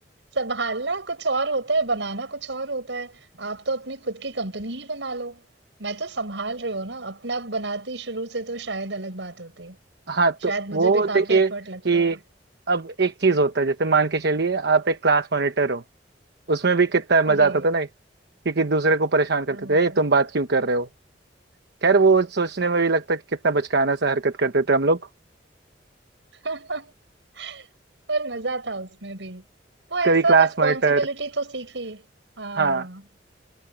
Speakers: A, on the right; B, on the right.
A: संभालना कुछ और होता है बनाना कुछ और होता है आप तो अपनी खुद की कंपनी ही बना लो मैं तो संभाल रही हूँ ना अपना बनाती शुरू से तो शायद अलग बात होती
B: हाँ तो
A: शायद
B: वो
A: मुझे भी काफ़ी
B: देखिए
A: एफ़र्ट लगता।
B: कि अब एक चीज होता है जैसे मान के चलिए आप एक क्लास मॉनिटर हो उसमें भी कितना मजा
A: जी।
B: आता था ना क्योंकि दूसरे को परेशान करते
A: हाँ।
B: थे ए तुम बात क्यों कर रहे हो खैर वो सोचने में भी लगता है कि कितना बचकाना सा हरकत करते थे हम लोग
A: <laughs> पर मज़ा था उसमें भी। वो ऐसा
B: कभी क्लास
A: रिस्पॉन्सिबिलिटी
B: मॉनिटर
A: तो सीखी। हाँ।
B: हाँ